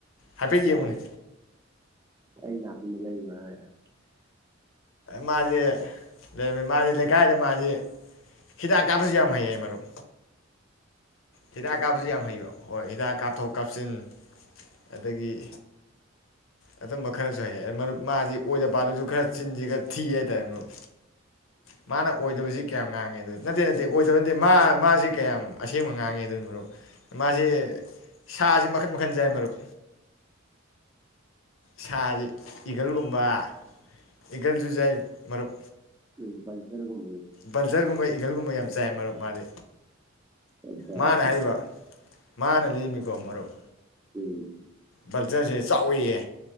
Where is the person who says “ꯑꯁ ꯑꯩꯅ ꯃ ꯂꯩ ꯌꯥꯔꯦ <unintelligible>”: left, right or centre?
Right